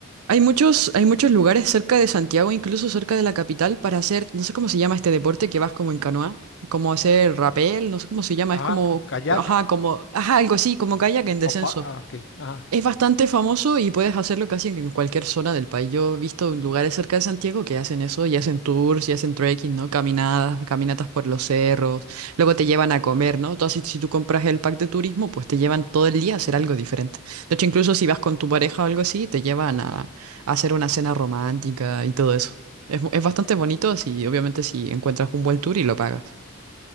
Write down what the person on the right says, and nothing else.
Hay muchos, hay muchos lugares cerca de Santiago, incluso cerca de la capital, para hacer, no sé cómo se llama este deporte que vas como en canoa, como hacer rapel, no sé cómo se llama, es
como,
ajá, como, ajá, algo así, como kayak en descenso.
Es bastante famoso y puedes hacerlo casi en cualquier zona del país. Yo he visto lugares cerca de Santiago que hacen eso y hacen tours y hacen trekking, ¿no? Caminadas, caminatas por los cerros. Luego te llevan a comer, ¿no? Entonces, si tú compras el pack de turismo, pues te llevan todo el día a hacer algo diferente. De hecho, incluso si vas con tu pareja o algo así, te llevan a, a hacer una cena romántica y todo eso. Es, bu- es bastante bonito si, obviamente, si encuentras un buen tour y lo pagas.